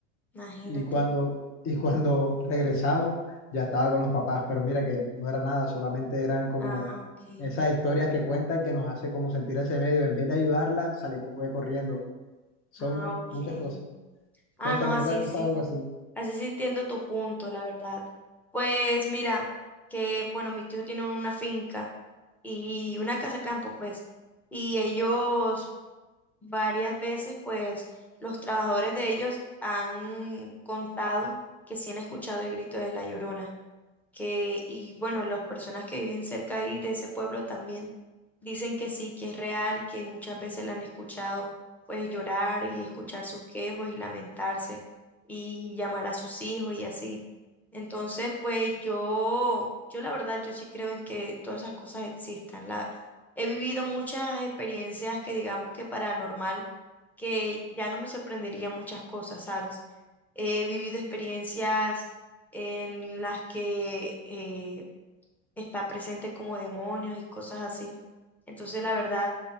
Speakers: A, in the centre; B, on the left.
A: imagínate,
B: Y cuando, y cuando <laughs> regresamos, ya estaba con los papás, pero mira que no era nada, solamente eran como
A: ah, ok,
B: esas historias que cuentan que nos hacen como sentir ese medio. En vez de ayudarlas, salimos fue corriendo. Son
A: ah, ok,
B: muchas cosas.
A: ah,
B: Cuéntame,
A: no, así
B: ¿no te ha pasado
A: sí.
B: algo así?
A: Así sí entiendo tu punto, la verdad. Pues mira, que bueno, mi tío tiene una finca y una casa campo, pues, y ellos varias veces, pues, los trabajadores de ellos han contado que sí han escuchado el grito de la Llorona que, y bueno, las personas que viven cerca ahí de ese pueblo también dicen que sí, que es real, que muchas veces la han escuchado pues llorar y escuchar sus quejos y lamentarse y llamar a sus hijos y así. Entonces, pues yo, yo la verdad, yo sí creo en que todas esas cosas existan. La, he vivido muchas experiencias que digamos que paranormal, que ya no me sorprendería muchas cosas, ¿sabes? He vivido experiencias en las que eh, está presente como demonios y cosas así. Entonces, la verdad,